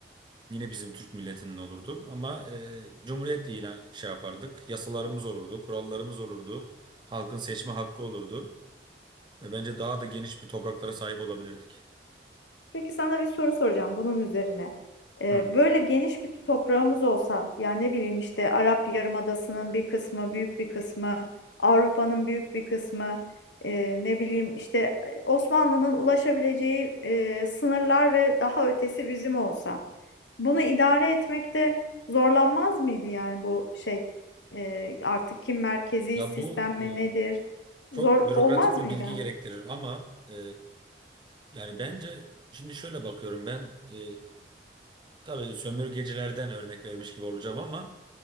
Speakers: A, on the right; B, on the left.
A: Yine bizim Türk milletinin olurdu ama e, Cumhuriyet ilan şey yapardık. Yasalarımız olurdu, kurallarımız olurdu. Halkın seçme hakkı olurdu ve bence daha da geniş bir topraklara sahip olabilirdik.
B: Peki sana bir soru soracağım bunun üzerine. Ee,
A: Hı.
B: böyle geniş bir toprağımız olsa, yani ne bileyim işte Arap Yarımadası'nın bir kısmı, büyük bir kısmı, Avrupa'nın büyük bir kısmı, e, ne bileyim işte e, Osmanlı'nın ulaşabileceği e, sınırlar ve daha ötesi bizim olsa, bunu idare etmekte zorlanmaz mıydı yani bu şey e, artık kim merkezi
A: Ya
B: sistem
A: bu
B: mi
A: e,
B: nedir?
A: çok
B: Zor
A: bürokratik
B: olmaz
A: bir
B: mıydı?
A: bilgi gerektirir ama e, yani bence şimdi şöyle bakıyorum ben e, tabii sömürgecilerden örnek vermiş gibi olacağım ama